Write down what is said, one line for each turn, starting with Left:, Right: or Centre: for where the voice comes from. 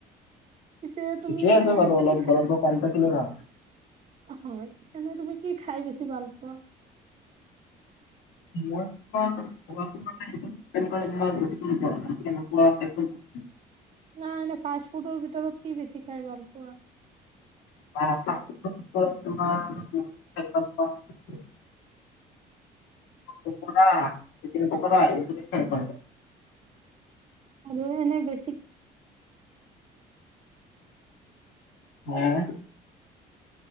Right: পিছে তুমি
Left: ঠিকে
Right: এনে
Left: আছে বাৰু। অলপ
Right: কি
Left: গৰমটো কম থাকিলে ভাল!
Right: অ'! হয়। এনে, তুমি কি খাই বেছি ভাল পোৱা?
Left: মই <unintelligible>
Right: নাই এনে, ফাষ্ট ফুডৰ ভিতৰত কি বেছি খাই ভাল পোৱা?
Left: নাই, ফাষ্ট ফুডৰ ভিতৰত তোমাৰ, <unintelligible> খাই ভাল পাওঁ। পকোঁৰা, চিকেন পকোঁৰা, এইবোৰে খাই ভাল পাওঁ।
Right: আৰু এনে, বেছি
Left: <unintelligible>